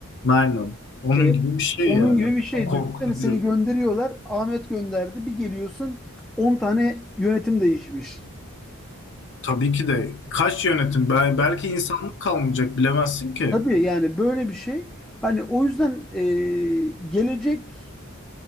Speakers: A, on the left (about 55°); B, in the centre.
A: Aynen. Onun
B: E,
A: gibi bir şey
B: onun
A: yani.
B: gibi bir şey
A: Korkutucu.
B: düşünsene seni gönderiyorlar. Ahmet gönderdi. Bir geliyorsun 10 tane yönetim değişmiş.
A: Tabii ki de. Kaç yönetim? Bel belki insanlık kalmayacak bilemezsin ki.
B: Tabii yani böyle bir şey. Hani o yüzden e, gelecek